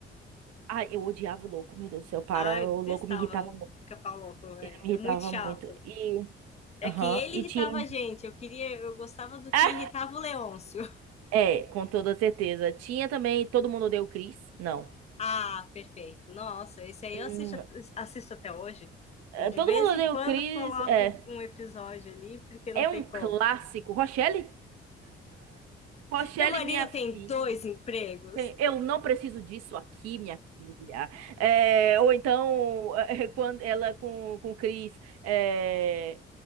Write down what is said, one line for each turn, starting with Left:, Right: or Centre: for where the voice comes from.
Right: Ah, eu odiava o Louco, meu Deus do céu, para.
Left: Ah, eu
Right: O
Left: detestava
Right: Louco me irritava
Left: o
Right: muito.
Left: pica-pau louco. É,
Right: Ele me
Left: é
Right: irritava
Left: muito chato.
Right: muito. E.
Left: É
Right: Aham,
Left: que ele
Right: e
Left: irritava
Right: tinha.
Left: a gente. Eu queria, eu gostava do
Right: <laughs>
Left: que irritava o Leôncio.
Right: É, com toda certeza. Tinha também Todo Mundo Odeia o Chris. Não.
Left: Ah, perfeito. Nossa, esse aí
Right: Hum,
Left: eu assisto, assisto até hoje.
Right: é,
Left: De
Right: Todo
Left: vez
Right: Mundo
Left: em
Right: Odeia
Left: quando
Right: o Chris.
Left: coloco
Right: É,
Left: um episódio ali, porque não
Right: é
Left: tem
Right: um clássico.
Left: como.
Right: Rochelle? Rochelle,
Left: Meu marido
Right: minha filha.
Left: tem dois empregos.
Right: Tem, Eu não preciso disso aqui, minha filha. É, ou então, <laughs> quando ela com, com o Chris. é,